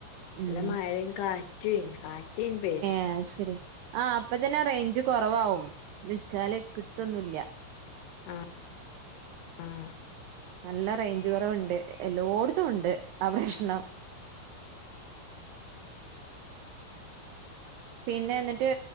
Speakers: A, on the left (about 70°); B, on the right (about 85°).
A: നല്ല
B: ഉം
A: മഴ കാറ്റെയിനും കാറ്റയിനും പേടി.
B: ആഹ്ശരി. ആഹ് അപ്പൊ തന്നെ റേഞ്ച് കുറവാകവും വിളിച്ചാല് കിട്ടൊന്നുമില്ല.
A: ആഹ് ആഹ്
B: നല്ല റേഞ്ച് കുറവുണ്ട് എല്ലായിടത്തും ഉണ്ട് ആഹ് പ്രശ്നം. പിന്നെ എന്നിട്ട്